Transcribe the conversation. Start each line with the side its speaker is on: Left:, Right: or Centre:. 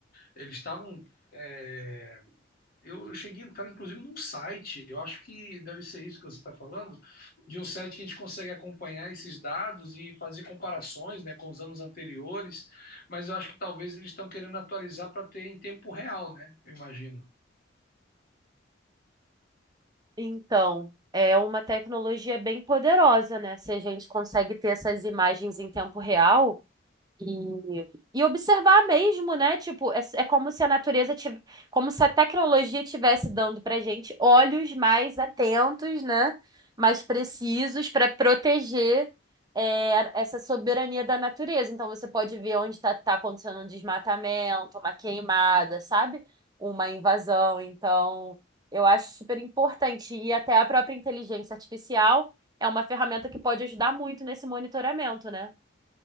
Left: Eles estavam é, Eu cheguei a entrar, inclusive, num site, eu acho que deve ser isso que você está falando, de um site que a gente consegue acompanhar esses dados e fazer comparações, né, com os anos anteriores, mas eu acho que talvez eles estão querendo atualizar para ter em tempo real, né? Eu imagino.
Right: Então, é uma tecnologia bem poderosa, né? Se a gente consegue ter essas imagens em tempo real. E, e observar mesmo, né? Tipo, é, é como se a natureza tivesse, como se a tecnologia tivesse dando pra gente olhos mais atentos, né? Mais precisos para proteger é, essa soberania da natureza. Então você pode ver onde está acontecendo um desmatamento, uma queimada, sabe? Uma invasão. Então, eu acho super importante. E até a própria inteligência artificial é uma ferramenta que pode ajudar muito nesse monitoramento, né?